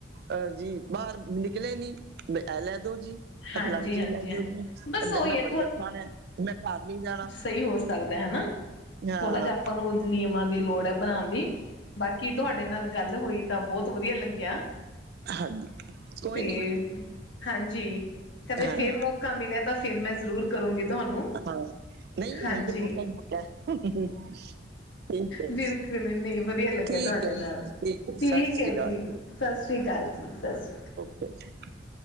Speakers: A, on the right; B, on the left.
A: ਅ ਜੀ ਬਾਰ ਨਿਕਲੇ ਨੀ, ਬ ਐ ਲੈ ਦੋ ਜੀ।
B: ਹਾਂਜੀ
A: ਐ ਫਲਾਨੀ ਚੀਜ
B: ਹਾਂਜੀ
A: ਲੈ
B: ਹਾਂ
A: ਦੋ ਜੀ,
B: ਬਸ ਉਹੀ
A: ਮੈਂ
B: ਹੈ
A: ਬਰਗਰ ਖਾਨੈ, ਮੈਂ ਘਾਰ ਨੀ ਜਾਣਾ।
B: ਸਈ ਹੋ ਸਕਦੈ, ਹਨਾ,
A: ਹਾਂ,
B: ਥੋੜਾ ਜਾ ਅਪਾਂ ਨੂੰ ਨਿਯਮਾਂ ਦੀ ਲੋੜ ਐ ਬਨਾਨ ਦੀ। ਬਾਕੀ ਤੁਹਾਡੇ ਨਾਲ ਗਾੱਲ ਹੋਈ ਤਾਂ ਬੋਤ ਵਦੀਆ ਲੱਗੇਆ।
A: ਹਾਂਜੀ ਕੋਈ
B: ਤੇ,
A: ਨੀ
B: ਹਾਂਜੀ। ਕਦੇ
A: ਹਾਂ,
B: ਫੇਰ ਮੌਕਾ ਮਿਲੇਆ ਤਾਂ ਫੇਰ ਮੈਂ ਜ਼ਰੂਰ ਕਰੂੰਗੀ ਤੁਹਾਨੂੰ,
A: ਹਾਂ ਨਹੀਂ
B: ਹਾਂਜੀ,
A: ਹੁਣ ਤੇ ਮੌਕਾ ਹੀ ਮੌਕਾ ਹੈ। ਠੀਕ ਹੈ ਜੀ,
B: ਬਿਲ ਨੀ ਮੈਂ ਮੀ ਵਦੀਆ ਲੱਗੇਆ
A: ਠੀਕ
B: ਤੂਆਡੇ
A: ਹੈ
B: ਨਾਲ,
A: ਜੀ, ਹੈ
B: ਠੀਕ
A: ਸਤਿ
B: ਏ
A: ਸ੍ਰੀ ਅਕਾਲ
B: ਜੀ, ਸਸ੍ਰੀ ਕਾਲ ਜੀ, ਸਸ੍ਰੀ ਕਾਲ।
A: <inaudible>